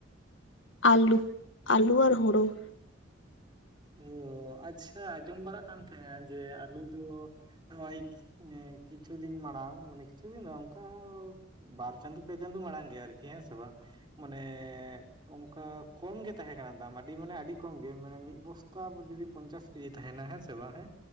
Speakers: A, on the left; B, on the right.
A: ᱟᱞᱩ, ᱟᱞᱩ ᱟᱨ ᱦᱳᱲᱳ ᱾
B: ᱚᱻ ᱟᱪᱪᱷᱟ ᱟᱸᱡᱚᱢ ᱵᱟᱲᱟᱜ ᱠᱟᱱ ᱛᱟᱦᱮᱸᱡ ᱡᱮ ᱟᱹᱞᱩ ᱫᱚ ᱱᱚᱜ-ᱚᱭ, ᱮ ᱠᱤᱪᱷᱩ ᱫᱤᱱ ᱢᱟᱲᱟᱝ ᱢᱟᱱᱮ ᱠᱤᱪᱷᱩ ᱫᱤᱱ ᱫᱚ ᱵᱟᱝ ᱚᱱᱠᱟ ᱵᱟᱨ ᱪᱟᱸᱫᱳ ᱯᱮ ᱪᱟᱸᱫᱚ ᱢᱟᱲᱟᱝ ᱜᱮᱭᱟ ᱟᱹᱨᱠᱤ ᱦᱮᱸ ᱥᱮ ᱵᱟᱝ? ᱢᱟᱱᱮᱻ ᱚᱝᱠᱟ ᱠᱚᱢ ᱜᱮ ᱛᱟᱦᱮᱸ ᱠᱟᱱᱟ ᱫᱟᱢ ᱟᱹᱰᱤ ᱢᱟᱱᱮ ᱟᱹᱰᱤ ᱠᱚᱢ ᱜᱮ ᱢᱟᱱᱮ ᱢᱤᱫ ᱵᱚᱥᱛᱟ ᱡᱩᱫᱤ ᱯᱚᱸᱧᱪᱟᱹᱥ ᱠᱮᱡᱤ ᱛᱟᱦᱮᱸᱱᱟ ᱦᱮᱸ ᱥᱮ ᱵᱟᱝ ᱦᱮᱸ?